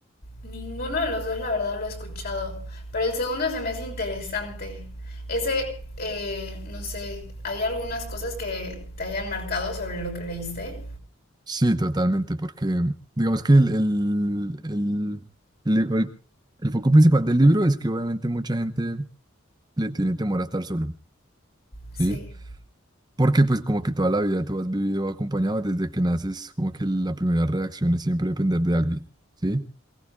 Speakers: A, on the left; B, on the right.
A: Ninguno de los dos, la verdad, lo he escuchado. Pero el segundo se me hace interesante. Ese, eh, no sé, ¿hay algunas cosas que te hayan marcado sobre lo que leíste?
B: Sí, totalmente, porque digamos que el, el, el, el, el- el foco principal del libro es que obviamente mucha gente le tiene temor a estar solo,
A: Sí.
B: ¿sí? Porque pues como que toda la vida tú has vivido acompañado desde que naces, como que la primera reacción es siempre depender de alguien, ¿sí?